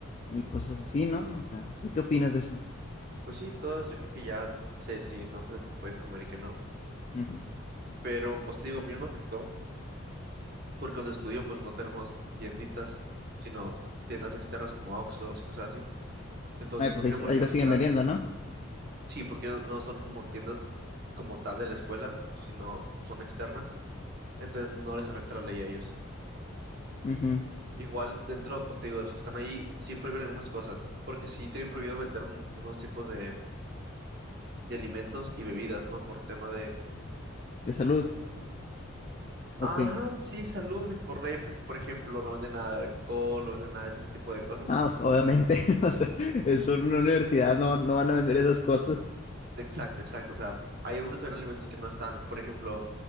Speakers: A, on the left (about 30°); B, on the right (about 50°).
A: y cosas así, ¿no? O sea, ¿tú qué opinas de eso?
B: Pues sí, todas yo creo que ya se deciden, ¿no? Creo que pueden comer y que no.
A: Ujú.
B: Pero pues te digo, a mí no me afectó porque donde estudio pues no tenemos tienditas, sino tiendas externas como Oxxos y cosas así. Entonces
A: Ay, pues
B: no tiene por
A: ahí, ahí
B: qué
A: lo
B: respetar.
A: siguen vendiendo, ¿no?
B: Sí, porque no son como tiendas como tal de la escuela, sino son externas. Entonces no les afecta la ley a ellos.
A: Ujú.
B: Igual dentro, pues te digo, de los que están ahí, sí prohíben algunas cosas, porque sí tienen prohibido vender un- unos tipos de, de alimentos y bebidas, ¿no? Por tema de,
A: De salud, ok.
B: ajá, sí, salud y por ley, porque por ejemplo no venden nada de alcohol, no venden nada de ese tipo de cosas
A: Ah, o sea, obviamente, <laughs> o sea, es una universidad, no, no van a vender esas cosas.
B: Exacto, exacto. O sea, hay algunos también alimentos que no están. Por ejemplo,